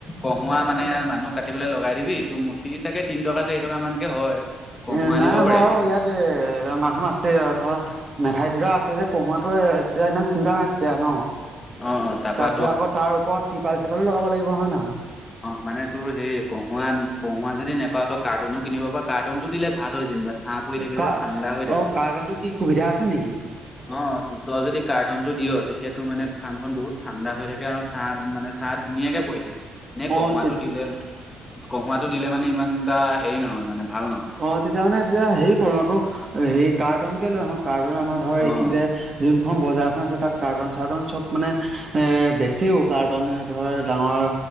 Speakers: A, on the left (about 25°); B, on the right (about 35°).
A: কহুৱা মানে- মানে মানুহ কাটিবলে লগাই দিবি টোৰ মুঠি চাগে তিন টকা চাৰি টকা মানকে হয়। কহুৱা
B: এ'নাই
A: দিব
B: আমাৰ
A: পাৰিবি
B: বাও ইয়াত এ'মানুহ আছে ধৰ মেঠাই ভেটা আছে যে কহুৱাটোৱে তেতিয়া ইমান চিন্তা নাই তেতিয়া ন',। তাৰ
A: অ অ তাৰপা
B: পিছত আকৌ তাৰ ওপৰত টিৰপাল চিৰপালো লগাব লাগিব। হয় নহয়
A: অহ, মানে তোৰ হেৰি কহুৱা -কহুৱা যদি নেপাও তোক কাৰ্টুনো কিনিব পা। কাৰ্টনটো দিলে ভাল হয় যেনিবা চা পৰি থাকে
B: কা
A: যে, ঠাণ্ডা হৈ থাকে।
B: অ কাৰ্টনটো কি সুবিধা আছে নেকি?
A: অ তই যদি কাৰ্টনটো দিয় তেতিয়াটো মানে ফাৰ্মখন বহুত ঠাণ্ডা হৈ থাকে আৰু চা মানে চাটো ধুনীয়াকে পৰি থাকে। নে
B: অ
A: কহুৱাটো
B: তে
A: দিলে কহুৱাটো দিলে মানে ইমান টা হেৰি নহয় মানে। ভাল নহয়
B: অ তেতিয়া মানে যেতিয়া হেৰি কৰো আকৌ হেৰি কাৰ্টন কে লৈ আহো কাৰ্টন আমাৰ ধৰ এইখিনিতে
A: অ
B: যোন খন বজাৰখন আছে তাত কাৰ্টন চাৰ্টন চব মানে এ বেচিও কাৰ্টনে ধৰ ডাঙৰ